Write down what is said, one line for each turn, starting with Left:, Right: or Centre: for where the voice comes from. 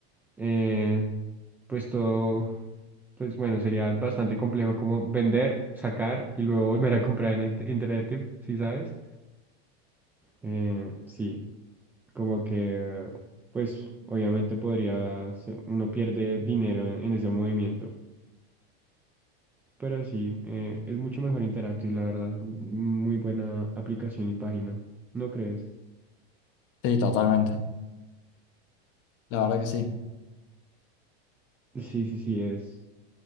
Centre: eh, pues todo, pues bueno, sería bastante complejo como vender, sacar y luego volver a comprar en Act- Interactive, ¿sí sabes? Eh, sí, como que, pues obviamente podría, se- uno pierde dinero en, en ese movimiento, pero sí, eh, es mucho mejor Interactive, la verdad, muy buena aplicación y página, ¿no crees?
Left: Sí, totalmente. La verdad que sí.
Centre: Sí, sí, sí, es,